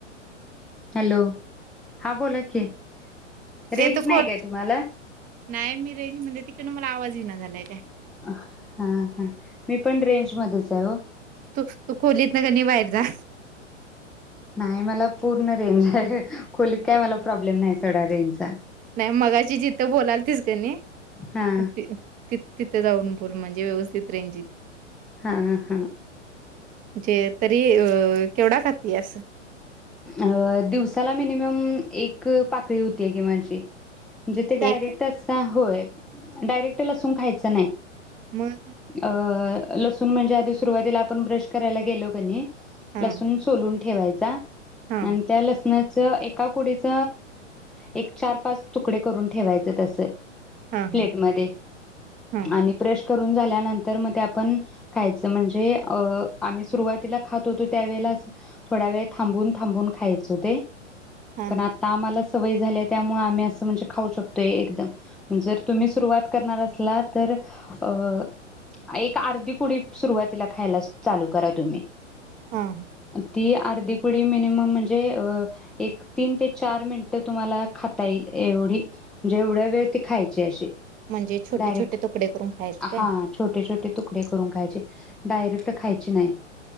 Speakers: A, in the centre; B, on the right.
A: Hello हा बोलाकी रेंज
B: ए तू
A: नाही
B: खोल
A: काय तुम्हाला?
B: नाही मी रेंज म्हणजे तिकडंन मला आवाज येईना झालाय त्या
A: हा हा मी पण रेंज मध्येच आहे हो
B: तू तू खोलीत न कनी बाहेर जा.
A: नाही मला पूर्ण रेंजय हाय ह खोलीत काय मला प्रॉब्लेम नाहीय. थोडा रेंज चा
B: नाही मगाची जिथं बोलाल तीस कणी
A: हा
B: तिथं तिथ जाऊन बोल म्हणजे व्यवस्थित रेंज येती
A: हा हा
B: म्हणजे तरी अ केवढा खाती अस
A: अ दिवसाला मिनिमम एक पाकळी होतीय कि माझी म्हणजे ते
B: एक?
A: डायरेक्ट अस होय डायरेक्ट लसून खायच नाही
B: मग
A: अ लसूण म्हणजे आधी सुरुवातीला आपण ब्रश करायला गेलो कणी
B: हां,
A: लसून सोलून ठेवायचा
B: हां,
A: आणि त्या लसणच एका कुडीच एक चार पाच तुकडे करून ठेवायचे तसं
B: हां,
A: प्लेट
B: हां,
A: मध्ये
B: हां,
A: आणि ब्रश करून झाल्यानंतर म ते आपण खायचं म्हणजे अ आम्ही सुरुवातीला खात होतो त्यावेळेच थोडा वेळ थांबून थांबून खायचं ते
B: हां,
A: पण आता आम्हाला सवय झाल्या त्यामुळे आम्ही अस म्हणजे खाऊ शकतोय एकदम जर तुम्ही सुरुवात करणार असला तर अ एक अर्धी कुडी सुरुवातीला खायला चालू करा तुम्ही
B: हा ह
A: ती अर्धिकु ती मिनीमम म्हंजे एक तीन ते चार मिनिट तुम्हाला खाता येईल एवढी जेवढ्या वेळ ती खायचे असे
B: म्हणजे छोटे-छोटे
A: डायरेकट
B: तुकडे करून खायचे काय?
A: हा छोटे छोटे तुकडे करून खायचे डायरेक्ट खायचे नाही